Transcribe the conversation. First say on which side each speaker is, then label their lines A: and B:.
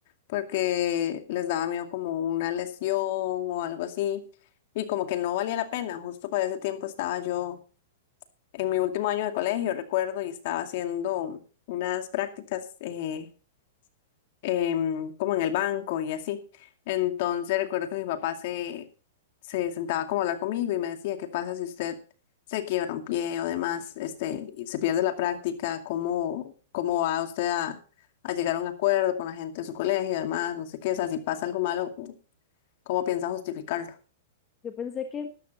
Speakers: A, on the left; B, on the left.
A: porque les daba miedo como una lesión o algo así y como que no valía la pena. Justo para ese tiempo estaba yo en mi último año de colegio, recuerdo, y estaba haciendo unas prácticas eh, em, como en el banco y así. Entonces recuerdo que mi papá se, se sentaba como a hablar conmigo y me decía, ¿qué pasa si usted se quiebra un pie o demás, este, y se pierde la práctica? ¿Cómo, cómo va usted a, a llegar a un acuerdo con la gente de su colegio y demás? No sé qué, o sea, si pasa algo malo, ¿cómo piensa justificarlo?
B: Yo pensé que